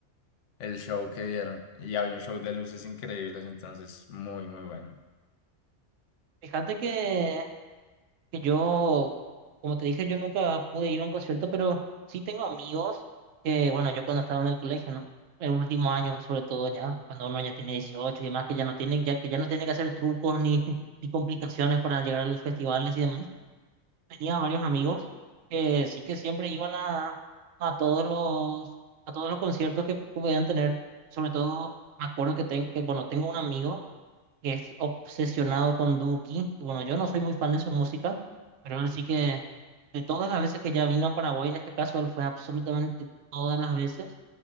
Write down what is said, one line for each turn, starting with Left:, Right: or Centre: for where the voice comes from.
Left: el show que dieron. Y había un show de luces increíbles, entonces muy, muy bueno.
Right: Fíjate que, que yo, como te dije, yo nunca pude ir a un concierto, pero sí tengo amigos que, bueno, yo cuando estaba en el colegio, ¿no? El último año, sobre todo ya, cuando uno ya tiene 18 y demás, que ya no tiene, ya, que ya no tiene que hacer trucos ni, <laughs> ni complicaciones para llegar a los festivales y demás. Tenía varios amigos que sí que siempre iban a, a todos los, a todos los conciertos que podían tener, sobre todo, me acuerdo que, ten- que bueno, tengo un amigo. que es obsesionado con Duki. Bueno, yo no soy muy fan de su música, pero él sí que de todas las veces que ya vino a Paraguay, en este caso, él fue absolutamente todas las veces.